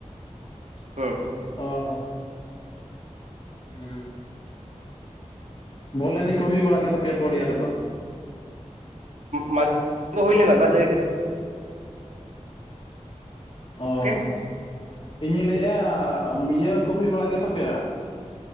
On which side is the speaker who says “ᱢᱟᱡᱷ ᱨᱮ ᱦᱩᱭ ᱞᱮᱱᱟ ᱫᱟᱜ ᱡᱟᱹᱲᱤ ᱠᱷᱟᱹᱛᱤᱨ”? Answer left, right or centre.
Right